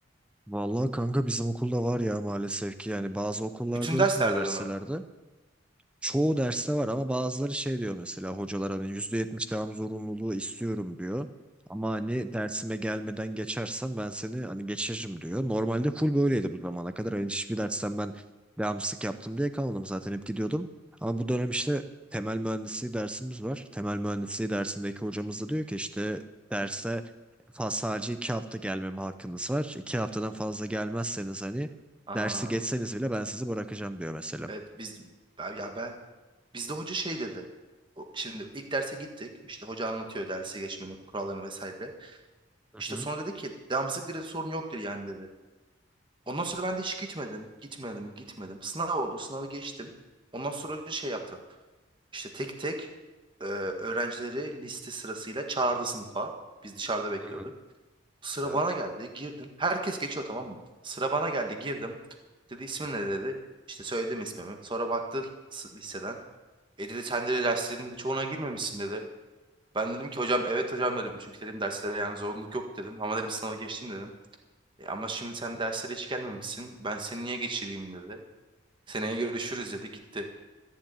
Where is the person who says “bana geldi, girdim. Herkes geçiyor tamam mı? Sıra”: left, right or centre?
Right